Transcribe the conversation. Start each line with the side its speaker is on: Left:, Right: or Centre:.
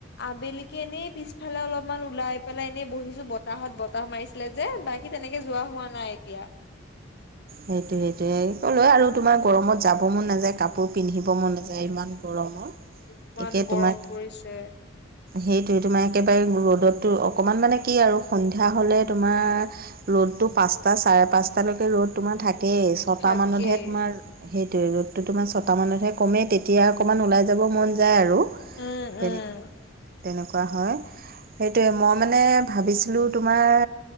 Left: আবেলিকে এনেই পিছফালে অলপমান ওলাই পেলাই এনেই বহিছো বতাহত বতাহ মাৰিছিলে যে বা কী তেনেকে যোৱা হোৱা নাই এতিয়া।
Right: সেইটো সেইটোয়ে ক'লো আৰু তোমাৰ গৰমত যাব মন নাযায় কাপোৰ পিন্ধিব মন নাযায় ইমান গৰমত,
Left: ইমান
Right: একে
Left: গৰম
Right: তোমাক
Left: পৰিছে
Right: সেইটোৱে তোমাৰ একেবাৰে ৰ'দততো অকণমান মানে কি আৰু সন্ধিয়া হ'লে তোমাৰ ৰ'দটো পাঁচটা চাৰে পাঁচটালৈকে ৰ'দ তোমাৰ থাকেই, ছটা
Left: থাকেই
Right: মানতহে তোমাৰ সেইটোৱে ৰ'দটো তোমাৰ ছটামানতহে ক'মে তেতিয়া অকণমান ওলাই যাব মন যায় আৰু।
Left: উম
Right: তেনে-তেনেকুৱা
Left: উম
Right: হয়। সেইটোৱে মই মানে ভাবিছিলোঁ তোমাৰ